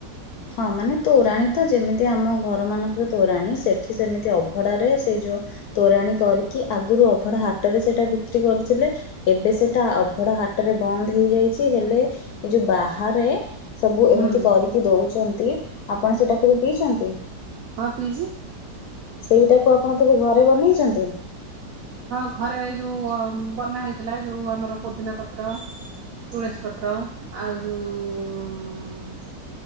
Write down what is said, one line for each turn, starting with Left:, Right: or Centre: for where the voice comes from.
Left: ହଁ ମାନେ ତୋରାଣୀ ତ ଯେମିତି ଆମ ଘର ମାନଙ୍କରେ ତୋରାଣୀ ସେଠି ସେମିତି ଅଭଡ଼ାରେ ସେଇ ଯୋଉ ତୋରାଣି କରିକି ଆଗରୁ ଅଭଢା ହାଟରେ ସେଟା ବିକ୍ରି କରୁଥିଲେ। ଏବେ ସେଟା ଅଭଡା ହାଟରେ ବନ୍ଦ ହେଇଯାଇଛି। ହେଲେ ଏ ଯୋଉ ବାହାରେ ସବୁ
Right: ହୁଁ
Left: ଏମିତି କରିକି ଦଉଛନ୍ତି ଆପଣ ସେଟା କେବେ ପିଇଛନ୍ତି?
Right: ହଁ ପିଇଛି।
Left: ସେଇଟାକୁ ଆପଣ କେବେ ଘରେ ବନେଇଛନ୍ତି?
Right: ହଁ ଘରେ ଯୋଉ ବନା ହେଇଥିଲା ଯୋଉ ଆମର ପୋଦିନା ପତ୍ର ତୁଳସୀ ପତ୍ର ଆଉ ଯୋଉ ଉ